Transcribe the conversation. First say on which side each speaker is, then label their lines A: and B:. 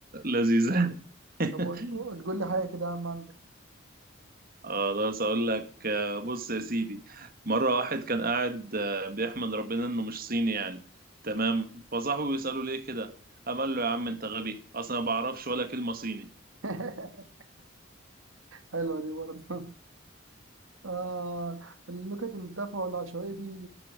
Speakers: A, on the right; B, on the right.
A: لذيذه <laughs>
B: طب تقول لي حاجة كده يا عم عندك
A: خلاص اقول لك آه، بص يا سيدي مره واحد كان قاعد آه، بيحمد ربنا انه مش صيني يعني تمام فصاحبه بيساله ليه كده قام قال له يا عم انت غبي اصلا ما بعرفش ولا كلمه صيني
B: <laughs> حلوة دي برضه <laughs> آه النكت التافهة والعشوائية دي